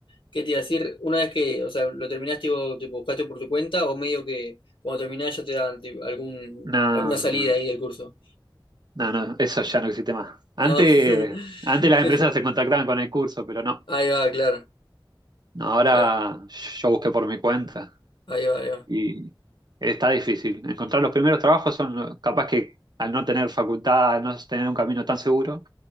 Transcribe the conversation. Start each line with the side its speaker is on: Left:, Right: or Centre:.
Left: ¿qué te iba a decir? Una vez que, o sea, lo terminaste, tipo, tipo, buscaste por tu cuenta o medio que cuando terminás ya te dan tipo, algún,
Right: No,
Left: alguna salida
Right: no,
Left: ahí del curso,
Right: no, no, eso ya no existe más. Antes,
Left: ¿no? <laughs>
Right: antes las empresas se contactaban con el curso, pero no.
Left: Ahí va, claro,
Right: No, Ahora
Left: claro.
Right: yo busqué por mi cuenta
Left: Ahí va, ahí va.
Right: y está difícil. Encontrar los primeros trabajos son los- capaz que al no tener facultad, al no tener un camino tan seguro,